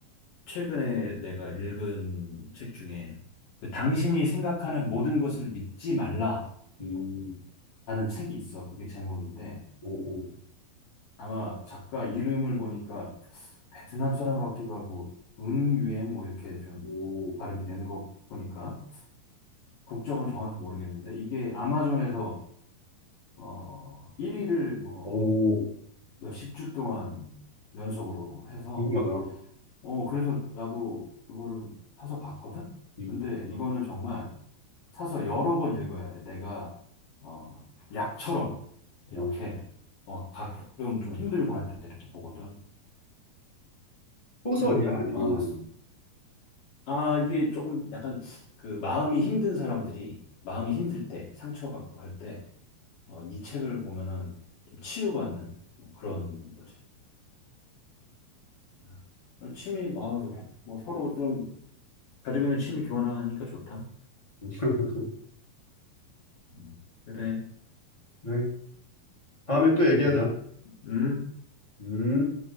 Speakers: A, on the left (about 65°); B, on the left (about 30°).
A: 최근에 내가 읽은 책 중에 그 당신이 생각하는 모든 것을 믿지 말라라는
B: 음.
A: 책이 있어. 그게 제목인데
B: 오, 오,
A: 아마 작가 이름을 보니까 베트남 사람 같기도 하고 응유엔 뭐 이렇게 좀
B: 오,
A: 발음이 되는 거 보니까 국적은 정확히 모르겠는데 이게 아마존에서 어 1위를 뭐
B: 오,
A: 몇십 주 동안 연속으로 해서
B: 궁금하다.
A: 어 그래서 나도 이거를 사서 봤거든.
B: 음,
A: 근데 이거는 정말 사서 여러 번 읽어야 돼. 내가 어 약처럼 이렇게
B: 어,
A: 어 가끔 좀 힘들고 할 때 이렇게 보거든.
B: 소설이야?
A: 그래서
B: 아니면,
A: 아 아, 이게 조금 약간 그 마음이 힘든 사람들이 마음이 힘들 때, 상처받고 할 때, 어, 이 책을 보면은 좀 치유받는 뭐 그런
B: 어.
A: 거지. 아, 오늘 취미, 어, 뭐뭐 서로 좀 가지고 있는 취미 교환하니까 좋다.
B: <laughs>
A: 음, 그래.
B: 네. 다음에 또 얘기하자.
A: 음, 음.
B: 음.